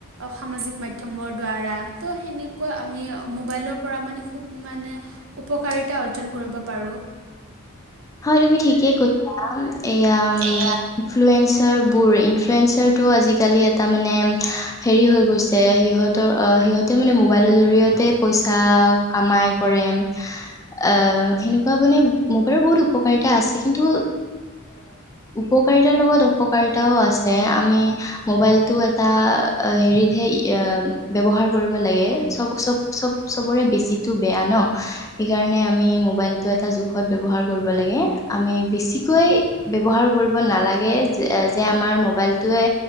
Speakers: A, on the right; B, on the left.
A: সামাজিক মাধ্যমৰ দ্বাৰা ত' সেনেকুৱা আমি মোবাইলৰ পৰা মানে খুব মানে উপকাৰিতা অৰ্জন কৰিব পাৰো।
B: তুমি ঠিকেই <unintelligible> এয়া উম
A: এয়া
B: ইনফ্লো ইনফ্লুৱেঞ্জাৰবোৰ ইনফ্লুৱেঞ্জাৰ টো আজিকালি এটা মানে হেৰি হৈগৈছে সিহঁতৰ সিহঁতে মানে মোবাইলৰ জৰিয়তে পইচা কামাই কৰে অ' সেনেকুৱা মানে মুবাইলৰ বহুটো উপকাৰিতা আছে কিন্তু উপকাৰিতাৰ লগত অপকাৰিতাও আছে আমি মবাইলটো এটা হেৰিতহে ব্যৱহাৰ কৰিব লাগে চব- চব চব- চব চবৰে বেছিটো বেয়া ন' সেইকাৰণে আমি মোবাইলটো এটা জোখত ব্যৱহাৰ কৰিব লাগে আমি বেছিকৈ ব্যৱহাৰ কৰিব নালাগে যে আমাৰ মোবাইলটো টোৱে